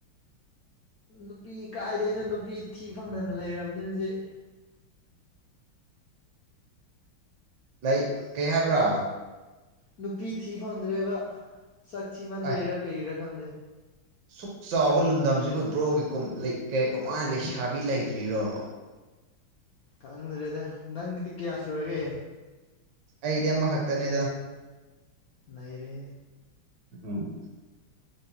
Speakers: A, on the left; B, on the right.
A: ꯅꯨꯄꯤ ꯀꯥꯏꯗꯒꯤꯅꯣ ꯅꯨꯄꯤ ꯊꯤ ꯐꯪꯗꯅ ꯂꯩꯔꯕꯅꯤ ꯍꯧꯖꯤꯛ
B: ꯂꯩ ꯀꯩ ꯍꯥꯏꯕ꯭ꯔꯥ
A: ꯅꯨꯄꯤ ꯊꯤ ꯐꯪꯗ꯭ꯔꯦꯕ ꯆꯛ ꯊꯤꯃꯟꯕꯩꯔꯥ
B: ꯑ
A: ꯀꯩꯔꯥ ꯈꯪꯗꯦ
B: ꯁꯨꯛ ꯆꯥꯎꯕ ꯂꯝꯗꯝꯁꯤꯕꯨ ꯕ꯭ꯔꯣꯒꯤ ꯀꯃꯥꯏ ꯂꯩꯁꯥꯕꯤ ꯂꯩꯇ꯭ꯔꯤꯔꯣ
A: ꯈꯪꯗ꯭ꯔꯦꯗ ꯅꯪꯒꯤꯗꯤ ꯀꯌꯥ ꯁꯨꯔꯒꯦ
B: ꯑꯩꯗꯤ ꯑꯃꯈꯛꯇꯅꯦ ꯑꯗ
A: ꯅ ꯔꯦ
B: ꯎꯝ